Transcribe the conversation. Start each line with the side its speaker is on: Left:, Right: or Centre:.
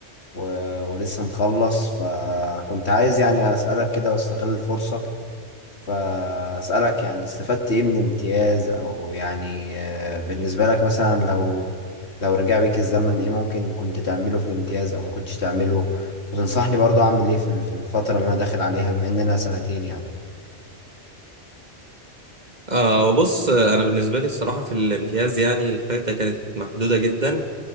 Left: و- ولسه مخلص فكنت عايز يعني اسألك كده واستغل الفرصة فأسألك يعني استفدت إيه من الامتياز أو يعني آه، بالنسبة لك مثلا لو لو رجع بيك الزمن إيه ممكن كنت تعمله في الامتياز أو ما كنتش تعمله وتنصحني برضو أعمل إيه في ال- في الفترة اللي أنا داخل عليها بما إن أنا سنتين يعني
Right: آه بص انا بالنسبة لي الصراحة في الامتياز يعني الفايدة كانت محدودة جدا